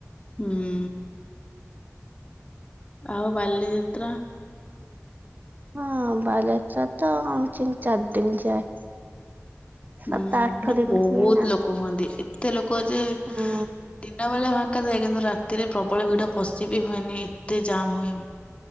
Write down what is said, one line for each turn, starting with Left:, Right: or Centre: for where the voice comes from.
Left: ହୁଁ ଆଉ ବାଲିଯାତ୍ରା?
Right: ହଁ ଆମ ବାଲିଯାତ୍ରା ତ ଆମ ତିନି ଚାରି ଦିନ ଯାଏ।
Left: ହ
Right: ସାତ
Left: <unintelligible>
Right: ଆଠ
Left: ହୁଁ
Right: ଦିନ
Left: ବୁ
Right: ହୁଏ
Left: ବହୁତ
Right: ନା
Left: ଲୋକ ହୁଅନ୍ତି ଏତେ ଲୋକ ଯେ ଦେ
Right: ହୁଁ
Left: ଦିଲଁବାଲାଁ ଫାଙ୍କା ଥାଏ କିନ୍ତୁ ରାତିରେ ପ୍ରବଳ ଭିଡ଼ ପଶି ବିି ହୁଏନି ଏତେ ଜାମ ହୁଏ।